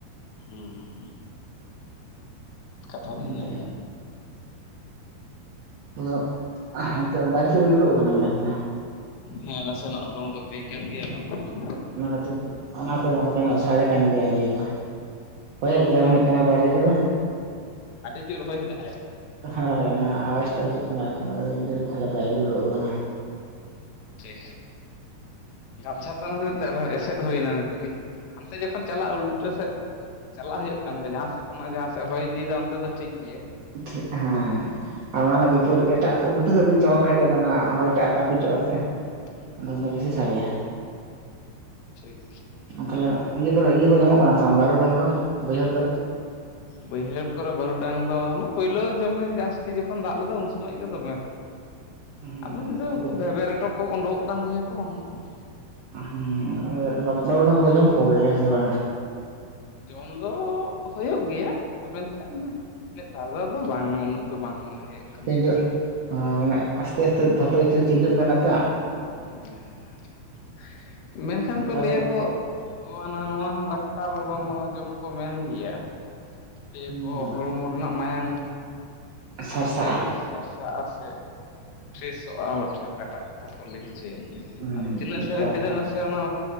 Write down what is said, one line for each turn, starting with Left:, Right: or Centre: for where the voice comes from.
Left: ᱦᱩᱸ, ᱠᱟᱛᱷᱟ ᱫᱚ
Right: ᱦᱩᱸ
Left: ᱤᱱᱟᱹ ᱜᱮ᱾
Right: ᱦᱮᱞᱳ, ᱦᱤᱛᱳᱜ ᱵᱟᱭᱨᱮ ᱥᱮᱫ ᱵᱮᱱ ᱩᱰᱩᱜ ᱟᱠᱟᱱᱟ ᱢᱚᱱᱮ ᱦᱩᱭᱩᱜ ᱠᱟᱱᱟ?
Left: ᱦᱮᱸ ᱱᱟᱥᱮᱱᱟᱜ ᱩᱰᱩᱝ ᱫᱚ ᱦᱩᱭ ᱠᱟᱱ ᱜᱮᱭᱟ ᱵᱟᱝ ᱵᱟᱝ
Right: ᱦᱮᱸ ᱚᱱᱟ ᱠᱷᱟᱹᱛᱤᱨ ᱚᱱᱟᱛᱮ ᱦᱟᱞᱠᱟ ᱧᱚᱜ ᱥᱟᱰᱮ ᱠᱟᱱ ᱜᱮᱭᱟ ᱤᱭᱟᱹ ᱠᱚ, ᱦᱚᱭᱮᱫ ᱜᱮᱭᱟ ᱢᱚᱱᱮ ᱦᱩᱭᱩᱜ ᱠᱟᱱᱟ ᱵᱟᱭᱨᱮ ᱨᱮᱫᱚ ᱾
Left: ᱟᱹᱰᱤ ᱡᱳᱨ ᱦᱚᱭᱮᱫᱟᱭ ᱾
Right: ᱦᱚᱭ ᱚᱱᱟ ᱟᱣᱟᱡᱽᱴᱟᱜ ᱦᱤᱡᱩᱜ ᱠᱟᱱᱟ ᱟᱨᱠᱤ ᱚᱱᱟ ᱵᱷᱤᱛᱤᱨ ᱨᱮ ᱛᱟᱦᱞᱮ ᱵᱟᱭᱨᱮ ᱵᱤᱱ ᱩᱰᱩᱝ ᱟᱠᱟᱱᱟ᱾
Left: ᱴᱷᱤᱡ, ᱜᱟᱢᱪᱷᱟ ᱛᱮ ᱚᱱᱟᱛᱮ ᱟᱨᱦᱚᱸ ᱮᱥᱮᱫ ᱦᱩᱭᱱᱟ ᱱᱤᱛ᱾ ᱦᱟᱱᱛᱮ ᱡᱚᱠᱷᱚᱱ ᱪᱟᱞᱟᱜ ᱩᱞᱴᱟᱹ ᱥᱮᱫ ᱪᱟᱞᱟᱜ ᱦᱩᱭᱩᱜ ᱠᱟᱱ ᱛᱟᱦᱮᱸᱫ ᱡᱟᱦᱟᱸ ᱡᱟᱦᱟᱸᱥᱮᱫ ᱦᱚᱭ ᱤᱫᱤᱭᱟ ᱱᱚᱛᱮ ᱠᱷᱚᱱᱚᱱᱟᱜ ᱡᱟᱦᱟᱸ ᱥᱮᱫ ᱦᱚᱭ ᱤᱫᱤᱭᱮᱫᱟ ᱚᱱᱛᱮ ᱫᱚ ᱴᱷᱤᱠ ᱜᱮᱭᱟ᱾
Right: ᱴᱷ ᱦᱮᱸ ᱟᱨ ᱚᱱᱟ ᱨᱮᱱᱟᱜ ᱵᱤᱯᱚᱫ ᱮᱴᱟᱜ ᱩᱞᱴᱟᱹ ᱥᱮᱫ ᱵᱮᱱ ᱪᱟᱞᱟᱣ ᱫᱟᱲᱮ ᱜᱮᱫᱟ ᱚᱱᱟ ᱦᱚᱭᱴᱟᱜ ᱮᱴᱟᱜ ᱦᱮᱡᱚᱜᱼᱟ ᱥᱮ,
Left: ᱦᱩᱸ
Right: ᱟᱫᱚ ᱩᱱᱤᱫᱚ ᱵᱮᱥᱤ ᱥᱟᱰᱮᱭᱟ᱾
Left: ᱴᱷᱤᱠ
Right: ᱛᱟᱦᱚᱞᱮ ᱤᱭᱟᱹ ᱠᱚᱨᱮ ᱤᱭᱟᱹ ᱠᱚ ᱧᱟᱢᱚᱜ ᱠᱟᱱᱟ ᱥᱮ ᱵᱟᱝ ᱵᱟᱨᱩᱰᱟᱝ ᱠᱚ ᱵᱟᱹᱭᱦᱟᱹᱲ ᱠᱚᱨᱮ᱾
Left: <inaudible> ᱵᱟᱹᱭᱦᱟᱹᱲ ᱠᱚᱨᱮ ᱵᱟᱹᱨᱩᱰᱟᱝ ᱫᱚ ᱯᱳᱭᱞᱳ ᱡᱚᱢᱮ ᱡᱟᱹᱥᱛᱤ ᱡᱚᱠᱷᱚᱱ ᱫᱟᱜ ᱞᱮᱫᱟ ᱩᱱ ᱥᱚᱢᱚᱭ ᱜᱮ ᱫᱚᱢᱮ᱾
Right: ᱦᱩᱸ
Left: ᱟᱫᱚ ᱱᱤᱛᱚᱜ
Right: ᱛᱟᱦᱚᱞᱮ
Left: ᱩᱱᱠᱩ ᱵᱷᱮᱵᱮ ᱨᱮᱴᱚ ᱠᱚ, ᱩᱰᱩᱝ ᱠᱚ ᱠᱟᱱ ᱜᱮᱭᱟ ᱠᱚ ᱵᱟᱝ ᱫᱚ ᱵᱟᱝ ᱾
Right: ᱦᱮᱸ ᱟᱫᱚ ᱵᱟᱨᱩᱜᱰᱟᱝ ᱠᱚ ᱡᱚᱢ ᱠᱚᱜᱮᱭᱟ ᱥᱮ ᱵᱟᱝᱜᱼᱟ?
Left: ᱡᱚᱢ ᱫᱚ ᱦᱩᱭᱩᱜ ᱜᱮᱭᱟ, ᱟᱫᱚ ᱢᱮᱱ ᱠᱷᱟᱱ ᱱᱮᱛᱟᱨ ᱫᱚ ᱟᱫᱚ ᱵᱟᱝ ᱩᱱᱟᱹᱜ ᱫᱚ ᱵᱟᱝ ᱢᱚᱱᱮ ᱦᱩᱭᱩᱜ ᱠᱟᱱᱟ
Right: ᱛᱮᱦᱮᱧ
Left: ᱦᱮᱸ
Right: ᱫᱚ
Left: ᱥᱮ᱾
Right: ᱦᱳᱭ ᱢᱟᱱᱮ ᱟᱥᱛᱮ ᱟᱥᱛᱮ ᱫᱷᱚᱛᱩ ᱠᱤᱪᱷᱩ ᱪᱮᱸᱡᱩᱜ ᱠᱟᱱᱟ ᱛᱚ ᱾
Left: ᱦᱮᱸ ᱢᱮᱱᱠᱷᱟᱱ ᱠᱚ
Right: ᱟᱫᱚ
Left: ᱞᱟᱹᱭᱟ ᱠᱚ ᱚ ᱦᱟᱱᱟ ᱱᱚᱣᱟ ᱦᱚᱸ ᱰᱟᱠᱛᱟᱨ ᱵᱟᱝ ᱡᱚᱢ ᱠᱚ ᱢᱮᱱ ᱜᱮᱭᱟ ᱾ ᱞᱟᱹᱭᱟ
Right: ᱦᱩᱸ
Left: ᱠᱚ ᱦᱚᱲᱢᱚ
Right: ᱟᱹᱰᱤ
Left: ᱨᱮᱱᱟᱜ ᱢᱟᱭᱟᱝ
Right: ᱥᱟᱨᱥᱟᱜᱼᱟ
Left: ᱵᱷᱟᱜᱮ ᱥᱟᱨᱥᱟᱜᱼᱟ ᱥᱮ ᱯᱷᱨᱮᱥᱚᱜᱼᱟ ᱵᱚᱴᱷᱮ ᱚᱠᱟᱴᱟᱜ ᱠᱟᱛᱷᱟ ᱠᱚ ᱞᱟᱹᱭ ᱦᱚᱪᱚᱭᱟ ᱾
Right: ᱦᱩᱸ
Left: ᱟᱫᱚ ᱛᱤᱱᱟᱹᱜ ᱥᱟᱹᱨᱤ
Right: ᱛᱟᱨ
Left: ᱛᱤᱱᱟᱹᱜ ᱱᱟᱥᱮ ᱚᱱᱟ